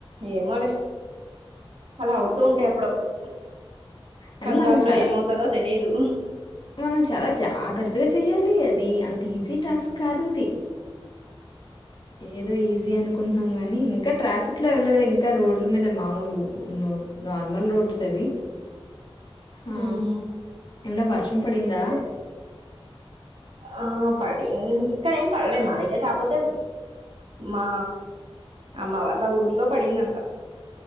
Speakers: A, on the right (about 70°); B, on the left (about 50°).
A: ఏమోలే అలా అవుతూ ఉంటాయి. అప్పుడప్పుడు
B: అని
A: కంగారులో
B: మనం చాలా
A: ఏమవుతదో తెలిదు.
B: మనం చాలా జాగ్రత్తగా చెయ్యాలి అది అంత ఈ ఈజీ
A: ఉమ్
B: టాస్క్ కాదు అది ఏదో ఈజీ అనుకు అనుకుంటున్నాము గాని ఇంకా ట్రాఫిక్ లో వెళ్ళలె ఇంకా రోడ్ల మీద మామూలు ఉన్ నార్మల్ రోడ్స్ వి ఆ
A: ఉమ్
B: ఏమన్నా వర్షం పడిందా
A: అదే ఆ పడి ఇక్కడ ఏం పడలేం మా దగ్గర కాకపోతే మా అమ్మ వాళ్ళ ఊర్లో పడిందంట.